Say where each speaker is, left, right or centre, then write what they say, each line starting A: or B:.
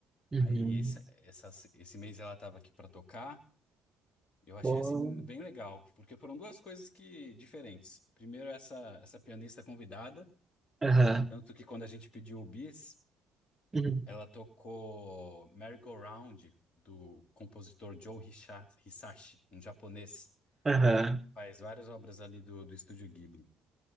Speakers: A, on the right; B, on the left.
A: Uhum.
B: Aí esse, essa- esse mês ela estava aqui para tocar. Eu achei
A: Bom.
B: assim bem legal, porque foram duas coisas que diferentes. Primeiro essa essa pianista convidada,
A: Aham.
B: tanto que quando a gente pediu o bis,
A: Uhum.
B: ela tocou Merry-Go-Round do compositor Joe Hisha- Hisashi, um japonês,
A: Aham.
B: faz várias obras ali do, do estúdio Ghibli.